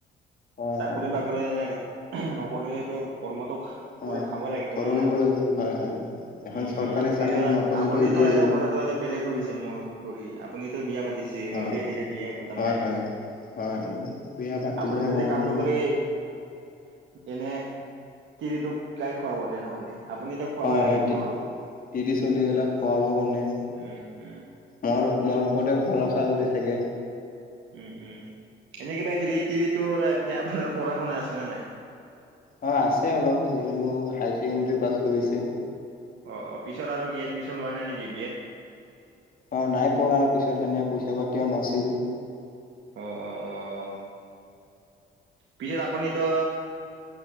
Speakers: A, on the left; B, on the right.
A: হয়
B: চাকৰি
A: হয়
B: বাকৰি এনে নকৰিলে কৰ্ম ত কৰি
A: অ
B: খাব লাগিব
A: কৰিব
B: ন
A: লাগিব হয় হয় এখন
B: উম
A: চৰকাৰী
B: উম আপুনিতো
A: চাকৰি নাপালেতো
B: আপুনিতো
A: এইটো
B: এনেও
A: এই
B: কথাটো অলপ বেলেগ হৈ গৈছে মনত পৰি আপুনিতো বিয়া পাতি মইতো
A: অ
B: এতিয়া বিয়াই পতা
A: হয়
B: নাই।
A: হয় হয় বিয়া পাতিলেহে
B: আপুনি যদি
A: গম
B: কাম
A: পাব।
B: নকৰি এনে তিৰিটোক গাই খুৱাব তেনেহ'লে আপুনি তাক খুৱাব
A: হয়
B: লাগিব
A: হয়
B: নহ।
A: তিৰি চলি গেলাক খুৱাব কাৰণে
B: উম উম
A: মোৰ মোৰ ওপৰতে ভৰসা কৰি থাকে।
B: উম উম এনে কিবা হেৰি টিভিটো আপোনাৰ পঢ়া শুনা আছে নে নাই
A: অ আছে অলপ যিটো হাই ছেকেণ্ডাৰী পাছ কৰিছে।
B: অ পিছত আৰু কি এডমিচন লোৱা নাই নেকি বিয়েত
A: অ নাই পঢ়াৰ পিছত সেনে পইচা পাতিও নাছিল।
B: অ অ অ- পিছত আপুনিতো